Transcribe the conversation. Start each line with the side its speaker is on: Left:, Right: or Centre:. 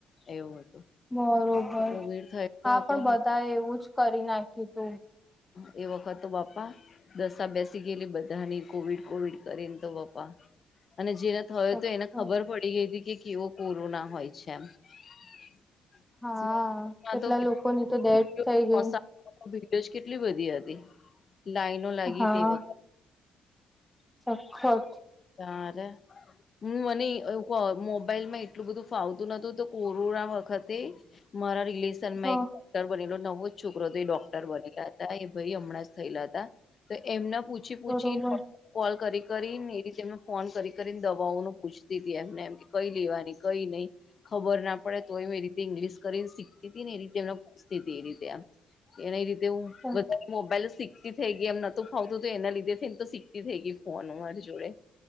Left: એ એવું હતું.
Centre: બરોબર
Left: કોવિડ થયેલો
Centre: હા
Left: હતો
Centre: પણ બધા એવું જ કરી નાખ્યું તું.
Left: હ એ વખત તો બાપા. દસાા બેસી ગયેલી બધાની કોવિડ કોવિડ કરીને તો પપ્પા અને જે થયો
Centre: સખત
Left: તો એને ખબર પડી ગઈ હતી કે કેવો કોરોના હોય છે એમ. <unintelligible>
Centre: હા
Left: <unintelligible> મા
Centre: કેટલા
Left: તો <unintelligible> <unintelligible>
Centre: લોકોની તો ડેથ થઈ ગઈ
Left: ભીડજ કેટલી બધી હતી લાઈનો લાગી
Centre: હા
Left: તે વખતે.
Centre: સખત.
Left: તારે. હું મને મોબાઈલ માં એટલું બધું ફાવતું નતું તો કોરોના વખતે. મારા રિલેશન
Centre: હ
Left: માં એક વાર. ટર બનેલો નવો છોકરો તો એ ડોક્ટર બનેલા હતા એ ભાઈ હમણાં જ થયેલા હતા તો એમના પુ પૂછી પૂછી
Centre: બરોબર
Left: કોલ કરી કરીને. કે જેમને ફોન કરી કરીને દવાઓ ન પૂછતી હતીતી એમને એમ કે કઈ લેવાની કઈ નહી. ખબર ના પડે તો એમ એ રીતે ઇંગ્લિશ કરીને શીખતી હતી ને એ રીતે એમને પૂછતી હતી એ રીતે એમ. એના રીતે હું
Centre: સાચી
Left: વધારે. મોબાઈલ શીખતી થઈ ગઈ એમહોત ફાવતું એના લીધે થઈ એને તો શીખતી થઈ ગઈ ફોન અમારી જોડે.